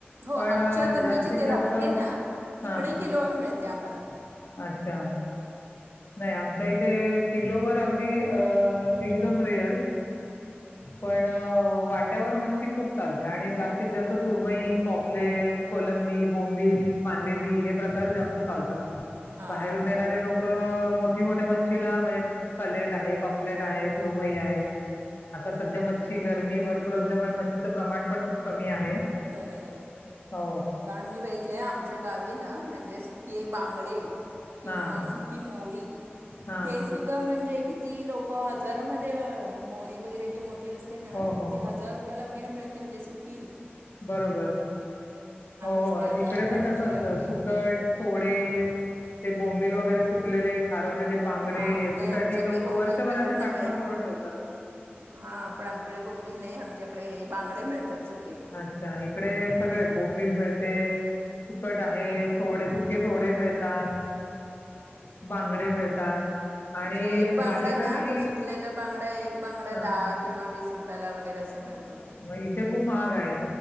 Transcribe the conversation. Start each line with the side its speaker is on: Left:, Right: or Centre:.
Right: हो
Left: पण
Right: आमच्या
Left: अ,
Right: आता मी
Left: जास्तीत
Right: जिथे
Left: जास्त
Right: राहते ना तिकडे
Left: हां,
Right: किलोवर मिळते आम्हाला.
Left: अच्छा! नाही आमच्या इथे किलोवर अगदी अ एकदम रेअर
Right: <inaudible>
Left: पण वाट्यावर मच्छी खूप चालते आणि जास्तीत जास्त सुरमई पापलेट कोलंबी, बोंबिल, मांडेेली हे प्रकार जास्त चालतात
Right: हां
Left: बाहेरून येणारे लोक मोठी मोठ्या मच्छीला म्हणजे पलेट आहे पापलेट आहे सुरुमई आहे. आता सध्या मच्छी गरमी भरपूर असल्यामुळे मच्छीचं प्रमाण पण खूप कमी आहे.
Right: खरंय
Left: हो.
Right: कारण ही तीथे आमच्या गावी ना म्हणजे सुके बांगडे किंवा
Left: हां,
Right: सुकी मोहरी
Left: हां.
Right: ते सुद्धा म्हणजे किती लोकं हजारामध्ये मोहरी वगैरे जी मोठी असते ना
Left: हो, हो.
Right: ती हजार रुपयाला वगैरे मिळते म्हणजे सुक्की
Left: बरोबर हो हो
Right: असते हजार
Left: इकडे
Right: बाराशेला
Left: पण तस असत
Right: वगैरे
Left: सुकट सोडे ते बोंबिल वगैरे सुक कलेले, खारवलेले बांगडे
Right: हां
Left: याच्यासाठी
Right: नाही आमच्याकडे
Left: लोक
Right: बोंबील
Left: वर्षभराची
Right: प्रकार नाही
Left: साठवण
Right: आहे
Left: करून ठेवतात.
Right: हां पण आमच्याकडे बोंबिल नाही आमच्याकडे हे बांगडे मिळतात सुके.
Left: अच्छा! इकडे सगळे बोंबिल मिळते. सुकट आहे सोडे सुके सोडे मिळतात.
Right: <inaudible>
Left: बांगडे मिळतात. आणि
Right: म्हणजे एक बांगडा
Left: जागी
Right: ना
Left: जागी
Right: तो सुकलेला बांगडा एक बांगडा
Left: अ
Right: दहा किंवा वीस रुपयाला वगैेरे असा मिळतो.
Left: मग इथे खूप महाग आहे.